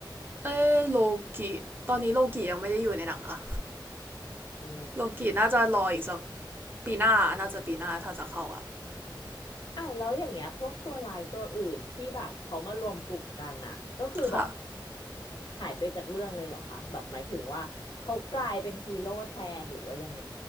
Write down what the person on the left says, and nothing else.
อื
ม
อ้าวแล้วอย่างเงี้ยพวกตัวลายตัวอื่นที่แบบเขามารวมกลุ่มกันอ่ะก็คือแบบ
หายไปจากเรื่องเลยเหรอคะแบบหมายถึงว่าเขากลายเป็นฮีโร่แทนหรือว่ายังไง